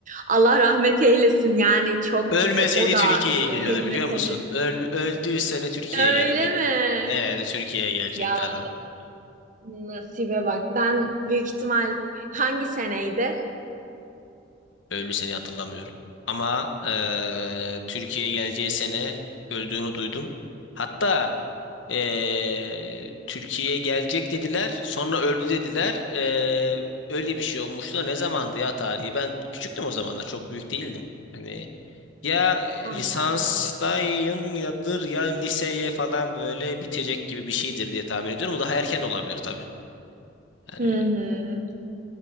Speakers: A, on the right (about 40°); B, on the left (about 75°).
A: Allah rahmet eylesin. Yani çok
B: Ölmeseydi
A: e, o da
B: Türkiye'ye
A: e,
B: geliyordu
A: heavy metalin.
B: biliyor musun? Öl, öldüğü sene Türkiye'ye
A: Öyle
B: gelecek.
A: mi?
B: Evet Türkiye'ye gelecekti
A: Ya
B: adam.
A: nasibe bak. Ben büyük ihtimal hangi seneydi?
B: Öldü seni hatırlamıyorum. Ama eee Türkiye'ye geleceği sene öldüğünü duydum. Hatta eee, Türkiye'ye gelecek dediler. Sonra öldü dediler. Eee, öyle bir şey olmuştu da ne zamandı ya tarihi? Ben küçüktüm o zamanlar. Çok büyük değildim. Hani ya
A: Anladım.
B: lisanstayım yadır ya liseye falan böyle bitecek gibi bir şeydir diye tahmin ediyorum. O daha erken olabilir tabii. Yani
A: Hı hı.